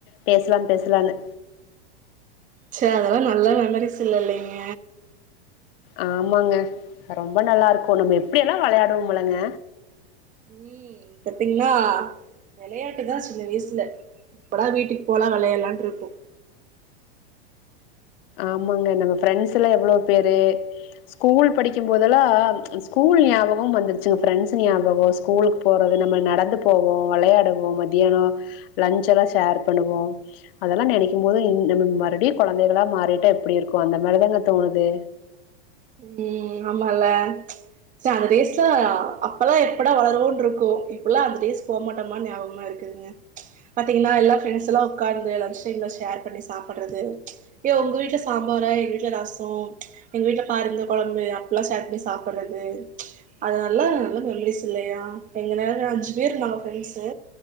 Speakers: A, on the left; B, on the right.
A: பேஸ்லா பேஸ்லான்னு
B: சே அதெல்லா நல்ல மெமரிஸ் இல்ல இல்லைங்க
A: ஆமாங்க ரொம்ப நல்லாருக்கூ நம்ம எப்டியெல்லா வெளையாடுவோமில்லங்க.
B: ம் பாத்தீங்னா வெளையாட்டுதா சின்ன வய்சுல. எப்படா வீட்டுக்கு போலா வெளையாட்லான்ருக்கூ.
A: ஆமாங்க நாங் ஃப்ரெண்ட்ஸ் எல்லா எவ்ளோ பேரு ஸ்கூல் படிக்கும்போதெல்லா ச்ச் ஸ்கூல் ஞாபகம் வந்துருச்சு, ஃப்ரண்ட்ஸ் ஞாபகோ, ஸ்கூலுக் போறது, நம்ம நடந்து போவோ, வெளையாடுவோ மத்தியான்னோ லஞ்ச் எல்லா ஷேர் பண்ணுவோ. அதெல்லா நெனைக்கும்போது இ நம்ம மறுப்ட்யு கொழந்தைகளா யிட்டா எப்டி இருக்கூ, அந்த மாரிதாங்க தோணுது.
B: ம் ஆமால்ல ச்ச் சே அந்த டேஸ்லா அப்பல்லா எப்படா வளருவோன்டுருக்கூ. இப்பல்லா அந்த டேஸ் போக் மாட்டோமா ஞாபகமா இருக்குதுங்க ச்ச் பாத்தீங்னா எல்லா ஃப்ரெண்ட்ஸ் எல்லா உக்கார்ந்து லஞ்ச் டைம்ல ஷேர் பண்ணி சாப்ட்றது ச்ச் ஏ உங்க வீட்ல சாம்பாரா எங்க வீட்ல ரசோ ச்ச் எங்க வீட்ல பருந்த கொழம்பு அப்டில்லா ஷேர் பண்ணி சாப்ட்றது ச்ச் அது நல்லா நல்ல மெமரீஸ் இல்லயா. எங்க கேங்ல அஞ்சு பேரு நாங்க ஃப்ரெண்ட்ஸு.